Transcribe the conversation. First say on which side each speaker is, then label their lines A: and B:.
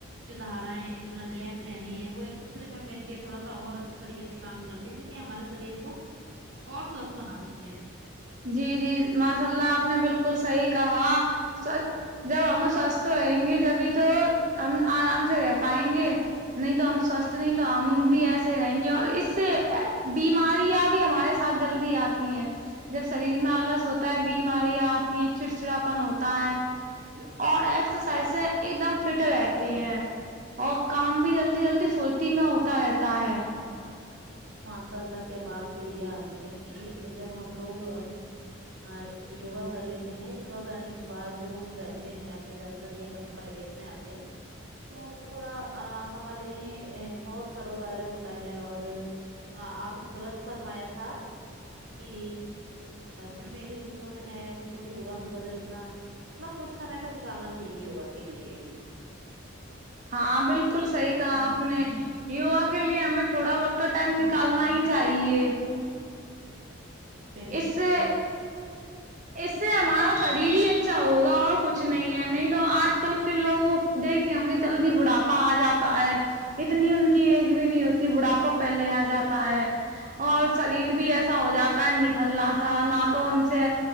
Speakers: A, on the right; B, on the right.
A: جو دھارایں <unintelligible> ہیں وہ ایک دوسرے پہ مل کے تھوڑا سا اور اچھے طریقے سے کام کرتے ہیں کیونکہ کہ ہمارے شریر کو اور سوست بناتی ہیں
B: جی جی ماشاء اللہ آپ نے بالکل صحیح کہا جب ہم سوستھ رہیں گے جبھی تو ہم آرام سے رہ پائیں گے نہیں تو ہم سوستھ نہیں تو ہم بھی ایسے رہیں گے اور اس سے بیماریاں بھی ہمارے جلدی آتی ہے جب شریر میں آلس ہوتا ہے بیمارییاں آتی ہیں چڑچھڑاپن ہوتا ہے اور ایکسرسائز سے ایک دم فٹ
A: اوکے،
B: رہتی
A: آپ نے
B: ہیں اور کام بھی جلدی جلدی پھرتی میں ہوتا رہتا ہے
A: ماشاء اللہ کیا بات کہی ہے آپ نے کہ جب ہم لوگ ہاں یوگا کر لیتے ہیں یوگا کرنے کے بعد جب ہم رہتے ہیں اپنے <unintelligible> اپنے پرویش میں آتے ہیں تو وہ تھوڑا ا ہمارے لیے ا بہت تر و تازہ ہوتا ہے اور ہاں آپ نے درست فرمایا تھا کہ جو ڈیلی روٹون ہے اس کو یوگا میں بدلنا مطلب کچھ سمے تو نکالنا چاہیے ہوگا کے لیے
B: ہاں بالکل صحیح کہا آپ نے یوگا کے لیے ہمیں تھوڑا بہت تو ٹائم نکالنا ہی چاہیے
A: بالکل
B: اس سے اس سے ہمارا شریر ہی اچھا ہوگا اور کچھ نہیں ہے نہیں تو آج کل کے لوگوں دیکھے ہوں گے جلدی بڑھاپا آ جاتا ہے اتنی ان کی ایج بھی نہیں ہوتی بڑھاپا پہلے آ جاتا ہے اور سلیل بھی ایسا ہو جاتا ہے نٹھللا سا نہ تو ان سے